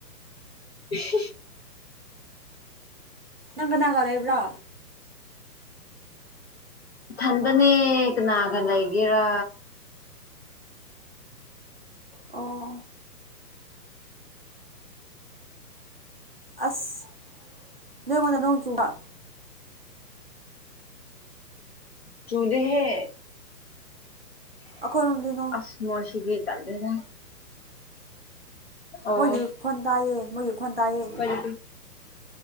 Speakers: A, on the left; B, on the right.
A: <unintelligible>
B: ꯅꯪ ꯀꯅꯥꯒ ꯂꯩꯕ꯭ꯔꯥ
A: ꯏꯊꯟꯗꯅꯦ ꯀꯅꯥꯒ ꯂꯩꯒꯦꯔꯥ
B: ꯑꯣ ꯑꯁ ꯅꯣꯏꯉꯣꯟꯗ ꯅꯣꯡ ꯆꯨꯕ
A: ꯆꯨꯗꯦꯍꯦ
B: ꯑꯩꯈꯣꯏꯔꯣꯝꯗ
A: ꯑꯁ ꯅꯣꯏꯁꯤꯗꯤ ꯇꯜꯂꯦꯗꯥ ꯑꯣ
B: ꯃꯣꯏꯒꯤ ꯈꯣꯟ ꯇꯥꯏꯌꯦ ꯃꯣꯏꯒꯤ ꯈꯣꯟ ꯇꯥꯏꯌꯦ
A: <unintelligible>